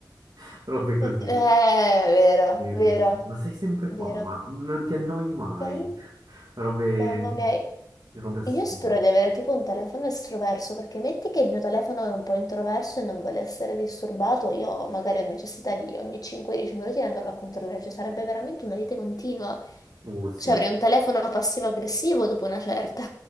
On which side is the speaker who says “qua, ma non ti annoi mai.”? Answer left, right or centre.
Right